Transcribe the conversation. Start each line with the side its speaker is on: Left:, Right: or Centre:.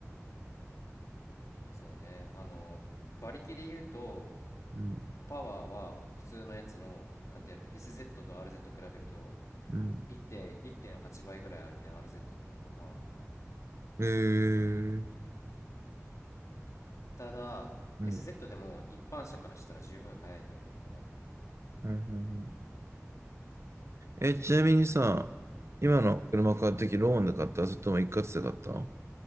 Left: そうね。あの、馬力で言うと、
Right: うん、
Left: パワーは普通のやつの、なんてやろ、SZ と RZ 比べると
Right: うん。
Left: 1.、1.8倍ぐらいあるね、RZ の方が、パワーが。
Right: えー、
Left: うん。ただ、
Right: うん、
Left: SZ
Right: うん、
Left: でも一般車からしたら十分速いと思うから、
Right: うん。うんえ、ちなみにさ、今の車買うとき、
Left: うん。
Right: ローンで買ったそれとも一括で買った